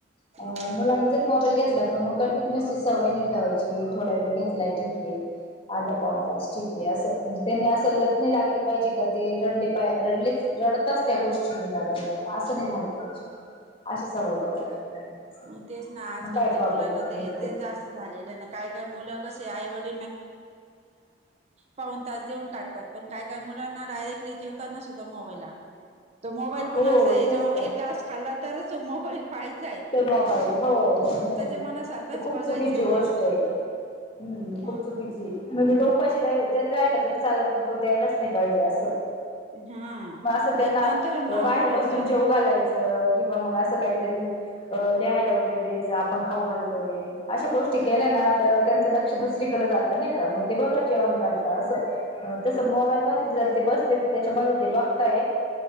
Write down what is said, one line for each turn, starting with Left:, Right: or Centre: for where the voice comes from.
Left: अ
Right: तेच
Left: मुलांनी जरी मोबाईल घेतला. पण मग कंटिन्युअसली सवय नाही, ठेवायची थोडा वेळ घेतलाय ठीक ये. अधा पाऊन तास ठीके असं म्हणजे त्यांनी असं लगने लागले पाहिजे का ते रडले पा रडलेच रड च त्या गोष्टीनी मोबाईल मूळे असं नाही झालं पाहिजे. अशी सवय ठेवायची मुलांना असं
Right: मग तेच ना आजकाल
Left: मग काय
Right: ते
Left: प्रॉब्लेम
Right: मुलांना
Left: येत
Right: ते
Left: नाही पुढे
Right: ते जास्त झालेलं ना काही. मुलं कसे आईवड तऊ टा पण का का मुलांनाडयरे <unintelligible> जेवताना सुद्धा मोबाईल लागतो मोबाईल
Left: हो
Right: पण अस आहे
Left: तेच ना
Right: एक घास खाल्ला तरच. तो मोबाईल पाहिच.
Left: ते मोबाईल हो नाही
Right: मनासारखंच
Left: ते खूप
Right: बघायचंय
Left: चुकीची गोष्ट
Right: त्याला
Left: ये. हम्म
Right: मग
Left: खूप चुकीची म्हणजे तो उपाशी राही जरी राहिला, तरी चालाल पण तो द्यायलाच नाही पाहिजे असं.
Right: हा
Left: मग असं
Right: ते
Left: त्यांना
Right: नंतर अवघड
Left: बाहेर
Right: होऊन
Left: बसून
Right: जात
Left: जेव घालायचं. किंवा मग असं काहीतरी अ लिहायला वगैरे द्यायचं आपण खाऊ घालतोय, अशा गोष्टी केल्या ना त्यांच लक्ष दुसर दुसरी कडे जात नाही का ते बरोबर जेवण
Right: हो
Left: करतात
Right: बरोबर
Left: असं
Right: आहे
Left: तस मोबाईलमध्ये जर ते बसले तर त्याच्यामध्ये ते बघताय